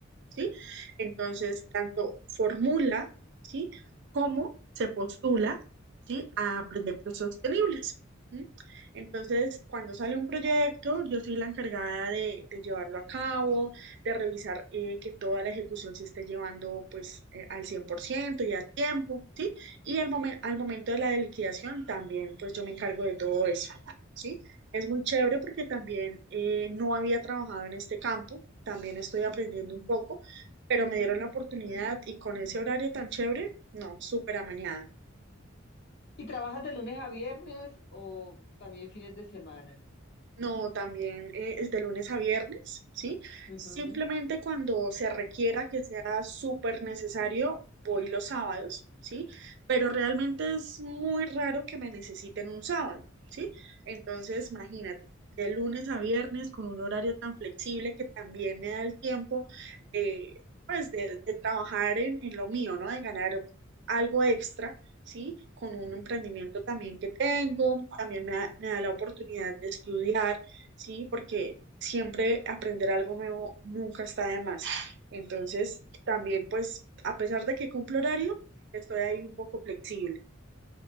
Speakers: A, on the right (about 60°); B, on the left (about 55°).
A: ¿sí? Entonces, tanto formula, ¿sí? Como se postula, ¿sí? A proyectos sostenibles. ¿sí? Entonces, cuando sale un proyecto, yo soy la encargada de, de llevarlo a cabo, de revisar eh, que toda la ejecución se esté llevando pues eh, al 100% y a tiempo, ¿sí? Y al, momen- al momento de la liquidación también, pues yo me encargo de todo eso, ¿sí? Es muy chévere porque también eh, no había trabajado en este campo, también estoy aprendiendo un poco, pero me dieron la oportunidad y con ese horario tan chévere, no, súper amañada.
B: ¿Y trabajas de lunes a viernes o también fines de semana?
A: No, también eh, es de lunes a viernes, ¿sí?
B: Ujú.
A: Simplemente cuando se requiera que sea súper necesario, voy los sábados, ¿sí? Pero realmente es muy raro que me necesiten un sábado, ¿sí? Entonces, imagínate, de lunes a viernes con un horario tan flexible que también me da el tiempo de, pues, de, de trabajar en, en lo mío, ¿no? De ganar algo extra ¿sí? Con un emprendimiento también que tengo, también me da, me da la oportunidad de estudiar, ¿sí? Porque siempre aprender algo nuevo nunca está de más. Entonces, también pues, a pesar de que cumplo horario, estoy ahí un poco flexible.